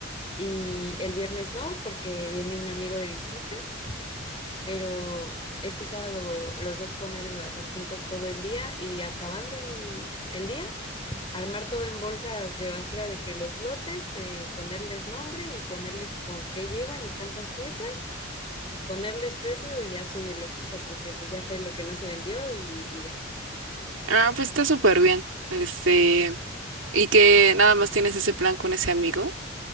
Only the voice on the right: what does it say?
Ah, pues está súper bien. Este, y que nada más tienes ese plan con ese amigo.